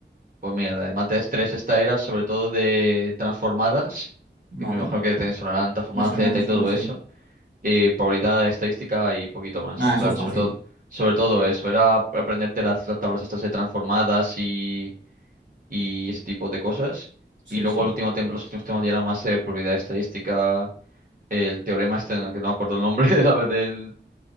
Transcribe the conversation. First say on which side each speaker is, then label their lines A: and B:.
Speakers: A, on the right; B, on the right.
A: Pues mira, la de mates 3 esta era sobre todo de transformadas,
B: Vale.
A: que me imagino que te sonarán transformada
B: Me suena,
A: Z
B: me suena,
A: y todo
B: sí.
A: eso. Y probabilidad estadística y poquito más.
B: Ah,
A: En
B: eso
A: plan,
B: es fácil.
A: sobre todo, sobre
B: Sí,
A: todo eso. Era aprenderte las, las tablas estas de transformadas y, y ese tipo de cosas.
B: sí,
A: Y luego
B: sí.
A: el último tema, los últimos temas ya eran más eh, probabilidad estadística. El teorema este, no- que no acuerdo el nombre <laughs> de la- del,